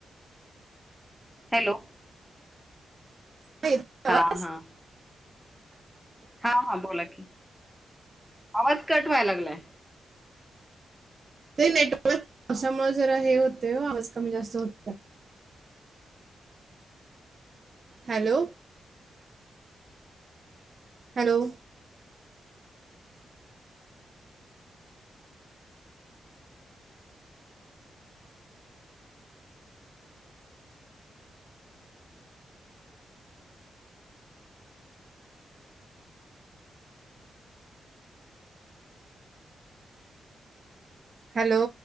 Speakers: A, in the centre; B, on the right.
A: हॅलो.
B: खूप
A: हां हां. हा हा बोला की, आवाज कट व्हाय लागलाय.
B: ते नेटवर्क पावसामुळे जरा हे होतंय ओ आवाज कमी जास्त होत हॅलो हॅलो. हॅलो.